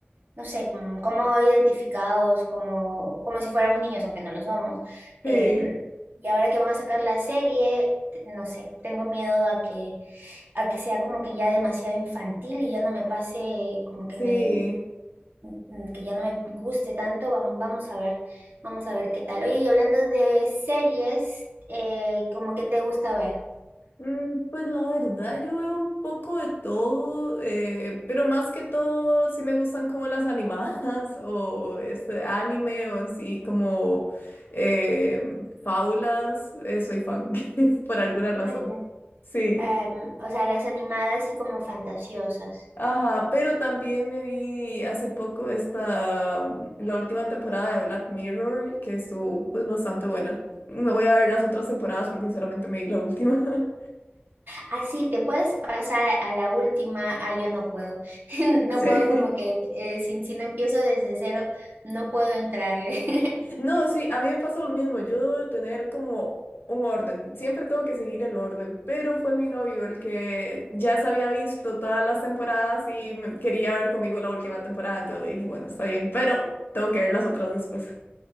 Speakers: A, on the right; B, on the left.
A: no sé, como, como identificados, como, como si fuéramos niños, aunque no lo somos.
B: Sí,
A: Em, y ahora que van a sacar la serie, t- no sé, tengo miedo a que, a que sea como que ya demasiado infantil y ya no me pase, como que
B: sí.
A: me, mm, que ya no me guste tanto. Vamos, vamos a ver, vamos a ver qué tal. Oye, y hablando de series, eh, ¿cómo que te gusta ver?
B: Mm, pues la verdad, yo veo un poco de todo, eh, pero más que todo, sí me gustan como las animadas <laughs> o este anime o en sí como eh, fábulas. eh, soy fan <laughs> por alguna razón.
A: Ah, ya.
B: Sí.
A: Em, o sea, las animadas y como fantasiosas.
B: Ajá, pero también me vi hace poco esta, mm, la última temporada de Black Mirror, que estuvo pues bastante buena. Me voy a ver las otras temporadas porque solamente me vi la última. <laughs>
A: Así te puedes pasar a la última, ah, yo no puedo, <laughs> no
B: Sí.
A: puedo como que eh, si, si no empiezo desde cero, no puedo entrarle. <laughs>
B: No, sí, a mí me pasa lo mismo. Yo debo tener como un orden. Siempre tengo que seguir el orden, pero fue mi novio el que ya se había visto todas
A: Mm.
B: las temporadas y me- quería ver conmigo la última temporada, entonces le dije, bueno, está bien, pero tengo que ver las otras después.